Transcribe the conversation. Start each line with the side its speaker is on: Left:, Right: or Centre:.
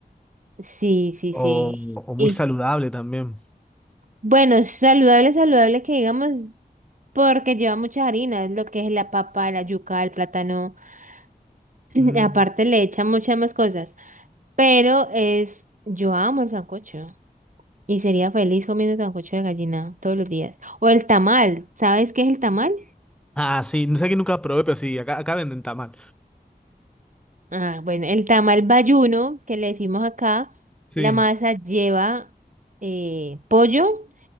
Right: Sí, sí,
Centre: o,
Right: sí.
Centre: o muy
Right: Y
Centre: saludable también.
Right: bueno, saludable, saludable que digamos, Porque lleva muchas harinas, lo que es la papa, la yuca, el plátano. <clears throat> <laughs>
Centre: Mm.
Right: Aparte le echan muchas más cosas. Pero es, yo amo el sancocho. Y sería feliz comiendo sancocho de gallina todos los días. O el tamal. ¿Sabes qué es el tamal?
Centre: Ah, sí, no sé que nunca probé, pero sí, acá, acá venden tamal.
Right: Ah, bueno, el tamal bayuno, que le decimos acá,
Centre: Sí.
Right: la masa lleva eh, pollo,